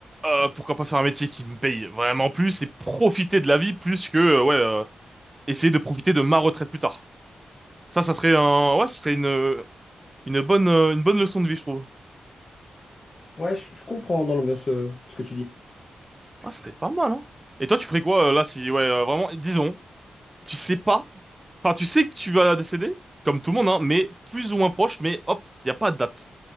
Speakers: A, on the right (about 25°); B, on the left (about 45°).
A: Euh, pourquoi pas faire un métier qui me paye vraiment plus et profiter de la vie plus que, euh, ouais, euh, essayer de profiter de ma retraite plus tard. Ça, ça serait un, ouais, ça serait une, une bonne, euh, une bonne leçon de vie, je trouve.
B: Ouais, je je comprends dans l'ambiance euh, ce que tu dis.
A: Ah, c'était pas mal, hein. Et toi, tu ferais quoi, euh, là, si, ouais, euh, vraiment, disons, tu sais pas, enfin tu sais que tu vas décéder, comme tout le monde, hein, mais plus ou moins proche, mais hop, il n'y a pas de date.